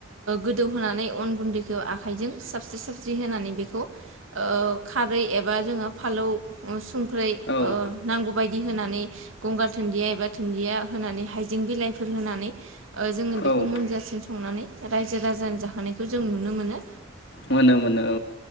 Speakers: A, on the right; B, on the left.
A: गोदौहोनानै अन गुन्दैखौ आखाइजों साबस्रि साबस्रि होनानै बेखौ खारै एबा जोङो फालौ संख्रै
B: औ
A: नांगौ बायदि होनानै गंगार दुन्दिया एबा दुन्दिया होनानै हाइजें बिलाइफोर होनानै जोङो बेखौ
B: औ
A: मोनजासिम संनानै रायजो राजानि जाहोनायखौ जों नुनो मोनो
B: मोनो मोनो